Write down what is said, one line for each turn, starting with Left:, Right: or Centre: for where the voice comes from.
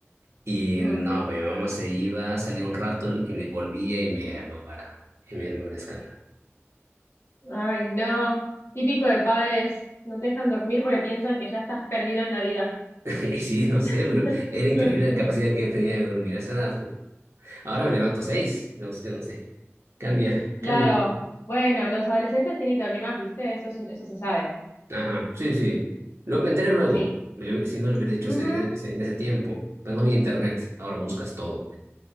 Right: Y
Left: mm.
Right: no, mi mamá se iba, salía un rato y me volvía y me armaba la, y me armaba el escándalo.
Left: Ay, no. Típico de padres, no te dejan dormir porque piensan que ya estás perdido en la vida.
Right: <laughs> Y sí, no sé,
Left: <laughs>
Right: pero era increíble la capacidad que yo tenía de dormir a esa edad. pues. Ahora me levanto seis, no sé, yo no sé. Cambia,
Left: Claro.
Right: cambia. el-
Left: Bueno, los adolescentes tienen que dormir más, ¿viste? Eso es un- eso se sabe.
Right: Ajá, sí, sí. Lo, me enteré luego,
Left: Sí.
Right: Me lo- si no le hubiera dicho
Left: Ujú,
Right: ese- e, ese- en ese tiempo. Pero no había internet, ahora buscas todo.